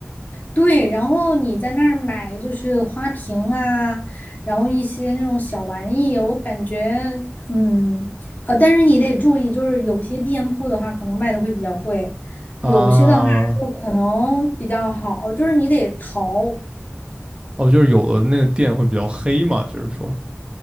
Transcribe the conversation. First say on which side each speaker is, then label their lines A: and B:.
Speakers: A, on the left (about 35°); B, on the right (about 25°).
A: 对，然后你在那儿买就是花瓶啊，然后一些那种小玩意，我感觉，嗯，呃，但是你得注意，就是有些店铺的话，可能卖的会比较贵，
B: 啊。
A: 有些的话就可能比较好，就是你得淘，
B: 哦，就是有的那个店会比较黑嘛，就是说，